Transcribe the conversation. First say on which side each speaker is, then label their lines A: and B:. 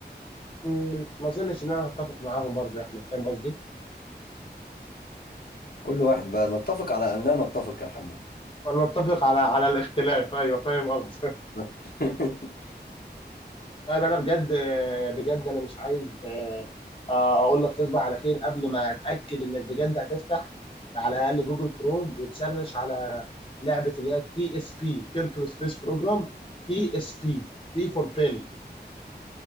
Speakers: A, on the left (about 30°); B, on the left (about 60°).
A: أمم، ما أظنش إن أنا هتفق معاهم برضو يا أحمد فاهم قصدي؟
B: كل واحد بقى نتفق على ان لا نتفق يا حمو
A: فنتفق على على الاختلاف أيوه فاهم قصدي
B: بالظبط <laughs>
A: طيب انا بجد بجد انا مش عايز آه، آه، اقول لك تصبح على خير قبل ما اتاكد انك بجد هتفتح على الاقل جوجل كروم وتسرش على لعبه اللي هي تي اس بي كيركل سبيس بروجرام تي اس بي بي فور بين